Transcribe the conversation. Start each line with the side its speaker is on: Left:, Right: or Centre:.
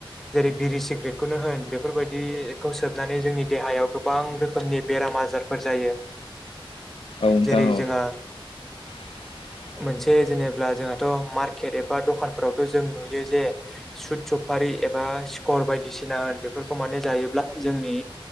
Centre: जेरै बिरि सिग्रेटखौनो होन बेफोर बेफोरबायदिखौ सोबनानै जोंनि देहायाव गोबां रोखोमनिब बेराम आजारफोर जायो
Left: नोंथां औ नोंथां
Centre: जेरै
Left: औ
Centre: जोंहा
Left: <inaudible>
Centre: मोनसे जेनेब्ला जोंहाथ' मार्केट एबा दखानफोरावथ' जों नुयो जे सुट सफारि ए एबा सिखर बायदिसिना होन बेफोरखौ माने जायोब्ला जोंनि